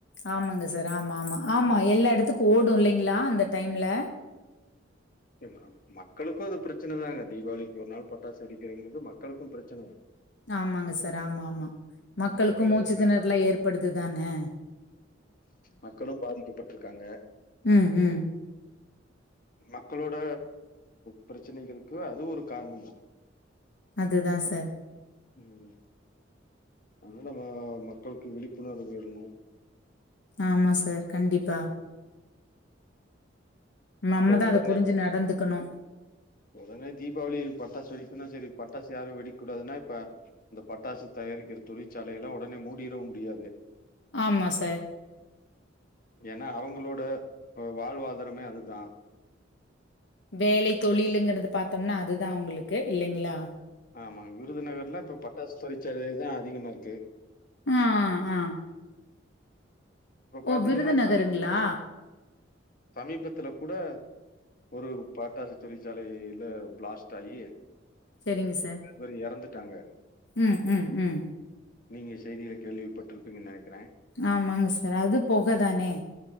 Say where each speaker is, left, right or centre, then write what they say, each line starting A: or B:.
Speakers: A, on the left; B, on the left.
A: ஆமாங்க சார். ஆமா ஆமா. ஆமா எல்லா எடத்துக்கு ஓடு இல்லெங்களா அந்த டைம்ல.
B: எமாம் மக்களுக்கு அது ப்ரெச்சனதாங்க. தீபாவளிக்கு ஒரு நாள் பட்டாசு வெடிக்கிறங்கிறது மக்களுக்கு ப்ரெச்சனதா.
A: ஆமாங்க சார். ஆமா ஆமா. மக்களுக்கு
B: மக்களும்
A: மூச்சு திணறுலா ஏற்படுது தானே.
B: மக்களு பாதிக்கப்பட்ருக்காங்க.
A: ம் ம்
B: மக்களோட ப்ரெச்சனைகளுக்கு அது ஒரு காரணோ தா.
A: அதுதா சார்.
B: ம் ஒண்ணு நம்ம மக்களுக்கு விழிப்புணர்வு வெற்ணு.
A: ஆமா சார். கண்டிப்பா. நம்மதா
B: இப்ப ஒடனே
A: அத புருஞ்சு நடந்துக்கணு.
B: ஒடனே தீபாவளி பட்டாசு வெடிக்குன்னா செரி பட்டாசு யாரு வெடிக்க கூடாதுன்னா இப்ப இந்த பட்டாசு தயாரிக்கிற தொழிற்சாலை எல்லா ஒடனே மூடிறவு முடியாது.
A: ஆமா சார்
B: ஏனா அவுங்களோட வாழ்வாதாரமே அதுதா.
A: வேலை தொழிலுங்குறது பாத்தொம்னா அதுதா அவ்ங்களுக்கு இல்லெங்களா.
B: ஆமாங்க விருதுநகர்லா இப்ப பட்டாசு தொழிற்சாலை தா அதிகமா இருக்கு.
A: ஆ ஆ
B: இப்ப
A: ஓ
B: பாத்தீங்கன்னா
A: விருதுநகருங்ளா
B: சமீ சமீபத்துல கூட ஒரு பட்டாசு தொழிற்சாலை ல ப்ளாஸ்ட் ஆயி
A: செரிங்க சார்.
B: இந்த மாரி எறந்துட்டாங்க.
A: ம் ம் ம்
B: நீங்க செய்தில கேள்விப்பட்டிருப்பீங்க நெனைக்கிறே
A: ஆமாங்க சார் அது பொக தானே